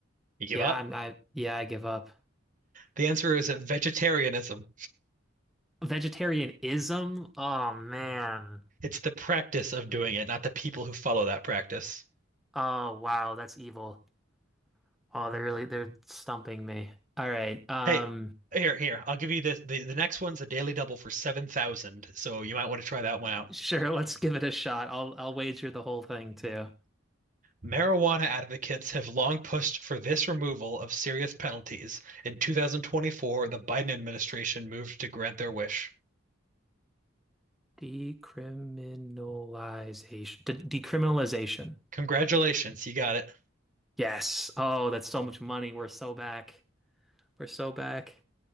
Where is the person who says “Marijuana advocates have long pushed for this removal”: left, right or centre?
Right